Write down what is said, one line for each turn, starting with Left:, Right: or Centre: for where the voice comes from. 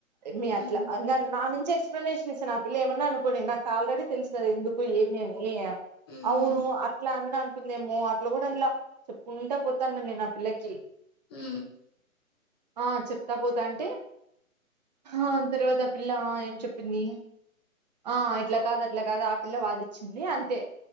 Right: మీ
Left: ఉమ్
Right: అట్లా నాన్ నా నుంచి ఎక్స్ ఎక్స్ప్లనేషన్ ఇస్తా ఆ పిల్ల ఏమన్నా అనుకోని నాకు ఆల్రెడీ తెలుసు కదా ఎందుకు ఏమియా ఏ యా
Left: ఉమ్
Right: అవును అట్లా అన్నాన్ తుంది ఏమో అట్ల కూడా ఆన్ లా చెప్పుకుంటా పోత్ తాన్ అన్ని న పిల్లకి
Left: ఉ
Right: ఆ చెప్తా పోతా అంటే ఆ తర్వాత ఆ పిల్ల ఏం చెప్పింది ఆ ఇట్లా కాదు అట్లా కాదు ఆ పిల్ల వాదిచ్చింది అంతే